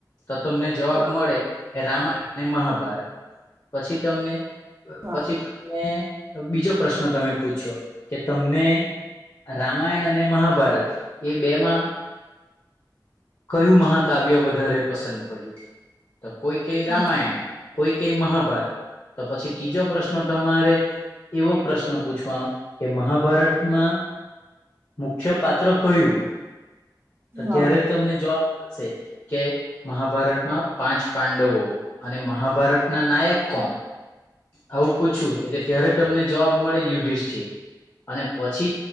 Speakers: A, on the left; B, on the right.
A: તો તમને જવાબ
B: હા
A: મળે કે રામાયણ અને મહાભારત પછી તમને પછી
B: હા
A: બીજો પ્રશ્ન તમે પૂછ્યો કે તમને રામાયણ અને મહાભારત એ બે માં કયું મહાકાવ્યો વધારે પસંદ પડ્યું તો કોઈ કઈ રામાયણ
B: હા હા
A: કોઈ કઈ મહાભારત તો પછી ત્રીજો પ્રશ્ન તમારે એવો પ્રશ્ન પૂછવાનો કે મહાભારતમાં મુખ્ય પાત્ર કયું અત્યારે
B: હા હા
A: તમને જવાબ મળશે કે મહાભારતમાં પાંચ પાંડવો અને મહાભારતના નાયક કોણ આવું પૂછું એ ત્યારે તમને જવાબ મળે યુધિષ્ઠિ અને પછી